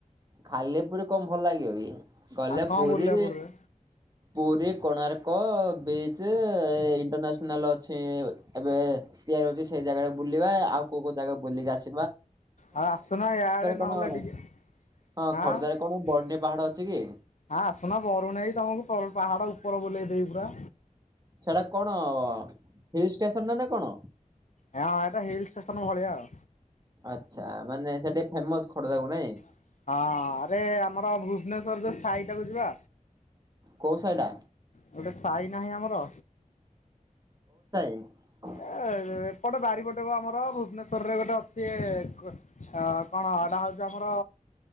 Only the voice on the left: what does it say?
ଆଉ କଣ
ବୁଲିବା ପୁରୀରେ?
ଆଉ ଆସୁନ ୟାଡେ
ନହେଲେ
ଟିକେ। ହାଁ
ହଁ
ଆସୁନ ବରୁଣେଇ ତମକୁ ପ ପାହାଡ ଉ ଉପର ବୁଲେଇ ଦେବି ପୁରା।
ହଁ ଏଇଟା ହିଲ୍ ଷ୍ଟେସନ ଭଳିଆ ଆଉ
ହଁ ଆରେ ଆମର ଭୁବନେଶ୍ଵର ଯୋଉ ସାହି ଟାକୁ ଯିବା।
ଗୋଟେ ସାଇ ନାହିଁ ଆମର।
ଏ ଏପଟ ବାରିପଟେ ବା ଆମର ଭୁବନେଶ୍ୱର ରେ ଗୋଟେ ଅଛି ଏ -କ କଣ ହେଟା। ସେ ଯୋଉ ଆମର।